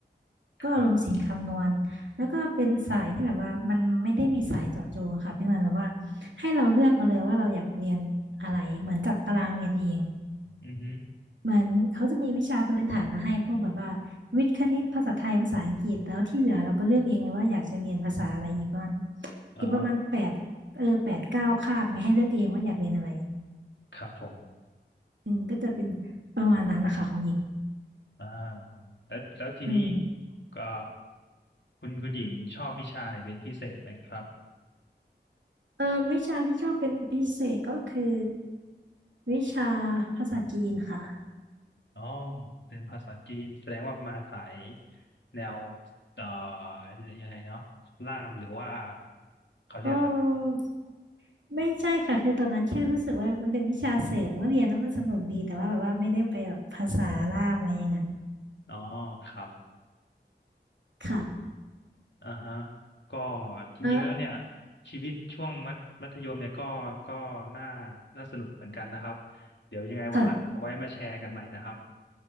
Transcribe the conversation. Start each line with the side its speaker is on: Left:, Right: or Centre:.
Right: ก็อารมณ์ศิลป์คำนวณแล้วก็เป็นสายที่แบบว่ามันไม่ได้มีสายเจาะจงค่ะเป็นเหมือนแบบว่า
Left: ครับ
Right: ให้เราเลือกเอาเลยว่าเราอยากเรียนอะไรเหมือนจัดตารางเรียนเอง
Left: อือฮึ
Right: เหมือนเขาจะมีวิชาพื้นฐานมาให้พวกแบบว่าวิทย์คณิตภาษาไทยภาษาอังกฤษแล้วที่เหลือเราก็เลือกเองเลยว่าอยากจะเรียนภาษาอะไรอีกประมาณ
Left: อ๋อ
Right: อีกประมาณแปดเออแปดเก้าคาบไงให้เลือกเองว่าอยากเรียนอะไร
Left: ครับผม
Right: อืมก็จะเป็นประมาณนั้นนะคะของหญิง
Left: อ่าแล้วแล้วทีนี้
Right: อืม
Left: ก็คุณคุณหญิงชอบวิชาไหนเป็นพิเศษไหมครับ
Right: เออวิชาที่ชอบเป็นพิเศษก็คือวิชาภาษาจีนค่ะ
Left: อ๋อเป็นภาษาจีนแสดงว่ามาสายแนวเอ่อยังไงเนาะล่ามหรือว่าเขาเรียกอะไร
Right: ก็ไม่ใช่ค่ะคือตอนนั้นแค่รู้สึกว่ามันเป็นวิชาเสริมว่าเรียนแล้วมันสนุกดีแต่ว่าแบบว่าไม่ได้ไปแบบภาษาล่ามอะไรอย่างนั้น
Left: อ๋อครับ
Right: ค่ะ
Left: อ่าฮะก็จริงๆแล้วเนี่ย
Right: เออ
Left: ชีวิตช่วงมัธมัธยมเนี่ยก็ก็น่าน่าสนุกเหมือนกันนะครับเดี๋ยวยังไงวันหลังเอาไว้มาแชร์กันใหม่นะครับ
Right: ค่ะ